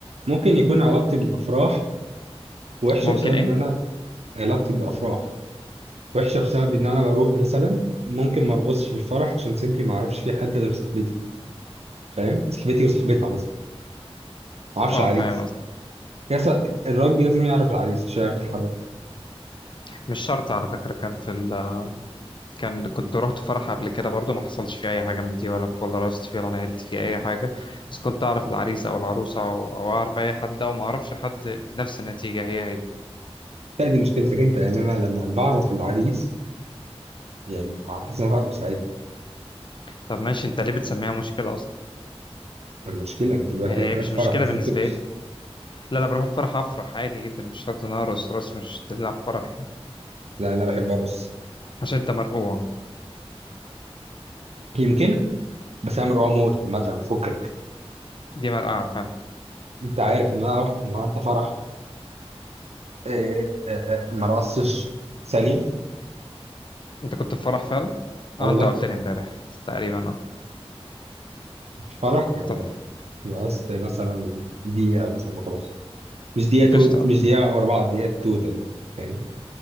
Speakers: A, on the right; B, on the left.
A: ممكن يكون علاقتي بالافراح وحشه
B: ممكن
A: بسبب
B: ايه
A: ان انا علاقتي بالافراح وحشه بسبب ان انا بروح مثلا ممكن ما ارقصش في الفرح عشان سيمبلي ما اعرفش في حد غير صاحبتي فاهم صاحبتي وصاحبتها مثلا ما اعرفش
B: اه
A: عريس
B: فاهم قصدي
A: يا سا- الراجل لازم يعرف العريس عشان يعرف يتحرك
B: مش شرط على فكرة كان في ال كان كنت رحت فرح قبل كده برضو ما حصلش فيه اي حاجة من دي ولا ولا رقصت فيه ولا نيلت فيه اي حاجة بس كنت اعرف العريس او العروسة او, أو اعرف اي حد او ما اعرفش حد نفس النتيجة هي هي
A: لا دي مشكلتك انت يعني انا لما بعرف العريس يعني هحس ان انا هرقص عادي
B: طب ماشي انت ليه بتسميها مشكلة اصلا
A: المشكله انت دلوقتي
B: يعني هي
A: رحت
B: مش
A: فرح
B: مشكلة
A: المفروض
B: بالنسبة
A: ترقص
B: لي لا انا بروح الفرح افرح عادي جدا مش شرط ان أنا ارقص رقص مش تلعب فرح يعني.
A: لا انا بحب ارقص
B: عشان انت مرقوع
A: يمكن بس انا مرعوب موت عامه فكك
B: دي مرقعة فعلا
A: انت عارف ان انا رحت النهارده فرح إيه، إيه، إيه، ما رقصتش ثانية
B: انت كنت في فرح فعلا
A: والله
B: اه انت قلت لي امبارح تقريبا اه
A: فرح يعني
B: طب
A: رقصت مثلا دقيقة مثلا وخلاص مش دقيقة توت
B: قشطة
A: مش دقيقة ورا بعض دقيقة توتال فاهم